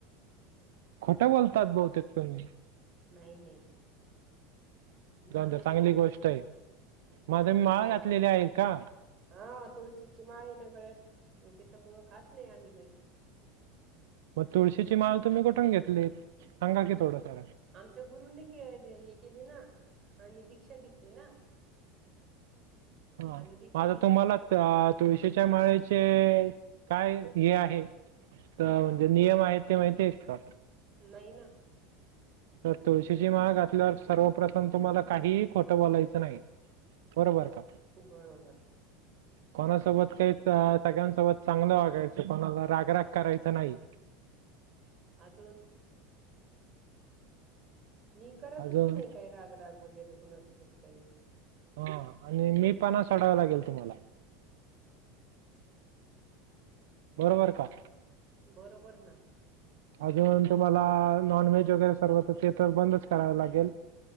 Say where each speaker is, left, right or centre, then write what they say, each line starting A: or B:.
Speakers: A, on the right (about 85°); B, on the right (about 35°).
A: खोटं बोलतात बहुतेक तुम्ही
B: नाही, नाही. नॉन
A: जाऊन द्या
B: व्हेज
A: चांगली
B: खात
A: गोष्ट
B: नाही
A: आहे. मध्ये
B: नॉन व्हेज
A: माळ
B: नाही.
A: घातलेली आहे का?
B: हां तुळशीची माळ आहे ना गळ्यात मग त्यांच्यामुळे खात नाही आम्ही काही ह
A: मग तुळशीची माळ कुठून घेतली सांगा की थोडसं
B: आमच्या गुरूंनी हे केले ना आम्ही दीक्षा घेतली ना.
A: हं
B: आम्ही दीक्षा
A: माझं
B: घेतली
A: तुम्हाला तुळशीच्या माळेचे काय हे आहे तर जे नियम आहेत ते माहिती आहेत का?
B: नाही ना.
A: तर तुळशीची माळ घातल्यावर सर्वप्रथम तुम्हाला काहीही खोटं बोलायचं नाही. बरोबर का?
B: बरोबर
A: कोणासोबत काही सगळ्यांसोबत चांगलं वागायचं कोणाला रागराग करायचा नाही.
B: अजून मी करतच
A: अजून
B: नाही काही राग राग वगैरे कोणासोबत काही
A: हां आणि मी पणा सोडावा लागेल तुम्हाला बरोबर का?
B: बरोबर ना.
A: अजून तुम्हाला नॉनव्हेज वगैरे सर्व तर ते तर बंदच कराव लागेल.